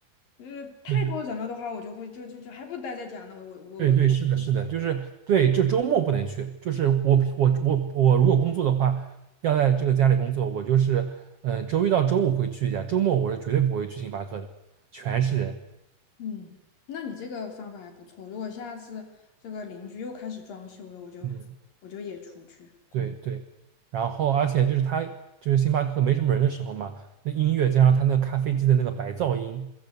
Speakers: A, on the left; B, on the right.
A: 呃，太多人了的话，
B: 对。
A: 我就会就就就还不如待在家呢。我我我我
B: 对对，是的，是的，就是对，就周末不能去。就是我我我我如果工作的话，要在这个家里工作，我就是嗯、呃周一到周五会去一下，周末我是绝对不会去星巴克的，全是人。
A: 嗯，那你这个方法还不错。如果下次这个邻居又开始装修了，我就
B: 嗯，
A: 我就也出去工
B: 对对。然后而且就是他就是星巴克没什么人的时候嘛，那音乐加上他那个咖啡机的那个白噪音，